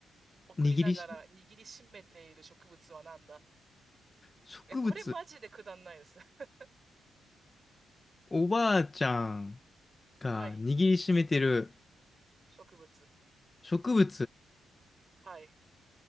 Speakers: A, on the right (about 35°); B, on the left (about 25°).
A: 送りながら握りしめている植物は何だ
B: 握りしめ、植物。
A: え、これマジでくだんないです。<laughs>
B: おばあちゃん
A: はい。
B: が握りしめてる
A: 植物。
B: 植物。
A: はい。